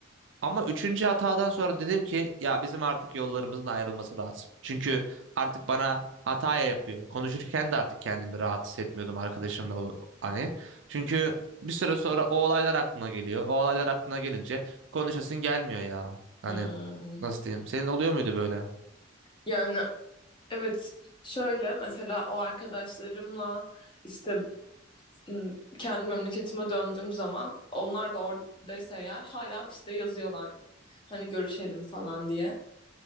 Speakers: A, on the right (about 65°); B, on the left (about 25°).
A: Ama üçüncü hatadan sonra dedim ki ya bizim artık yollarımızın ayrılması lazım. Çünkü artık bana hataya yapıyor. Konuşurken de artık kendimi rahat hissetmiyordum arkadaşımla ol- hani. Çünkü bir süre sonra o olaylar aklına geliyor. O olaylar aklına gelince konuşasın gelmiyor ya. Hani
B: Hmm.
A: nasıl diyeyim? Senin oluyor muydu böyle?
B: Yani Evet, şöyle mesela o arkadaşlarımla işte m, kendi memleketime döndüğüm zaman onlar da oradaysa eğer hala işte yazıyorlar hani görüşelim falan diye.